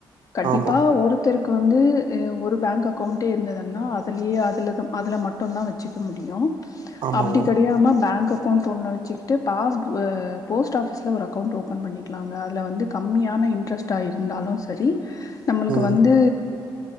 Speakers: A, on the left; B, on the right.
A: கண்டிப்பா
B: ஆமா
A: ஒரு தருக்கு வந்து அ ஒரு பேங்க் அக்கௌண்டே இருந்ததன்னா அதுலியே அதில்ன அதல மட் டு தா வெச்சிக்க முடியு
B: ஆமாங்க
A: அப்டி கெடையாம பேங்க் அக் அக்கௌண்ட் ஒன்ன வச்சுக்கிட்டு பாஸ் பு அ போஸ்ட் ஆபிஸ்ல ஒரு அக்கௌண்ட் ஓப்பன் பண்ணிக்லாங்க அதுல வந்து கம்மியான இன்ட்ரெஸ்ட் தா இருந்தாலு சரி நம்ளுக்கு
B: ம்
A: வந்து